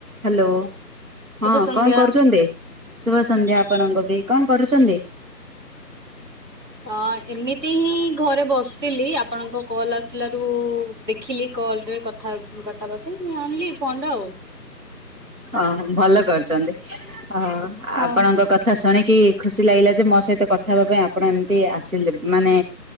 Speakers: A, on the right (about 55°); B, on the right (about 80°).
A: ହ୍ୟାଲୋ
B: ଶୁଭ
A: ହଁ
B: ସନ୍ଧ୍ୟା।
A: କଣ କରୁଛନ୍ତି? ଶୁଭ ସନ୍ଧ୍ୟା ଆପଣଙ୍କୁ ବି କଣ କରୁଛନ୍ତି?
B: ହଁ ଏମିତି ହିଁ ଘରେ ବସିଥିଲି ଆପଣଙ୍କ କଲ୍ ଆସିଲାରୁ ଦେ ଖିଲି କଲରେ କଥା କଥାହେବା ପାଇଁ ଆଣିଲି ଫୋନଟା ଆଉ।
A: ଓହୋ ଭଲ କରିଛନ୍ତି ଅ
B: ହଁ
A: ଆପଣଙ୍କ କ ଥା ଶୁଣିକି ଖୁସି ଲାଗିଲା ଯେ ମୋ ସହିତ କଥା ହେବା ପାଇଁ ଆପଣ ଏମତି ଆସିଲେ। ମାନେ